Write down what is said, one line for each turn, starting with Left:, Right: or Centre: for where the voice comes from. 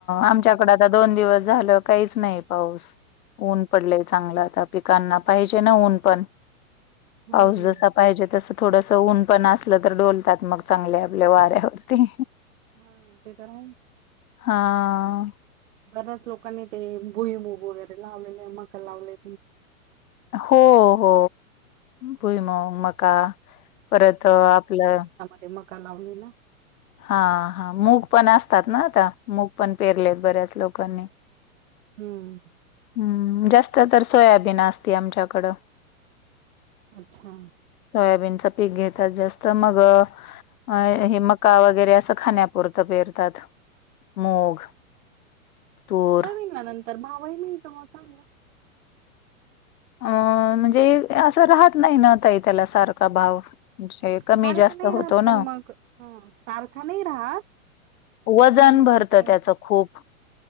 Left: आमच्याकडें आता दोन दिवस झालं काईच नाई पाऊस. ऊन पडलंय चांगलं आता पिकांना पाईजे ना ऊन पण, पाऊस
Right: हम्म
Left: जसा पायजे तसं थोडंस ऊन पण असलं तर डोलतात मग चांगले आपल्या वाऱ्यावरती.
Right: हां ते तर हाय.
Left: हां
Right: बऱ्याच लोकांनी ते भुई मूग वगैरे लावलेले, मका लावले.
Left: हो हो भुईमुंग मका परतं आपलं
Right: ते मका लावले न.
Left: हां हां मुग पण असतात ना आता मुग पण पेरलेत बऱ्याच लोकांनी.
Right: हम्म
Left: हम् जास्त तर सोयाबीन असते आमच्याकडं.
Right: अच्छा
Left: सोयाबीनचं पीक घेतात जास्त मगं अ हे मका वगैरे असं खाण्या -पुरतं पेरतात मूग. तूर
Right: सोयबीनला नंतर भावई नई का म चांगला?
Left: अ म्हंजे असा राहत नाही ना व ताई त्याला सारखा भाव कमी
Right: सारखं
Left: जास्त
Right: नाही राहत
Left: होतो
Right: पण
Left: ना
Right: मग सारखा नाही राहत
Left: वजन
Right: पण मग
Left: भरतं त्याच खूप